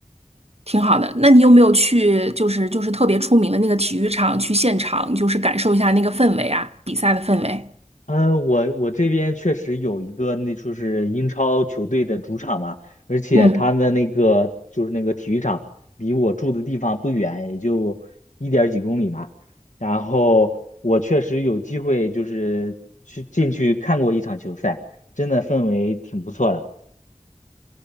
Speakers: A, on the right; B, on the left.
A: 挺好的。那你有没有去就是就是特别出名的那个体育场去现场，就是感受一下那个氛围啊，比赛的氛围？
B: 嗯，我我这边确实有一个，那就是英超球队的主场嘛，而且他的那个就是那个体育场离我住的地方不远，
A: 嗯，
B: 也就一点儿几公里嘛。然后我确实有机会就是去进去看过一场球赛，真的氛围挺不错的。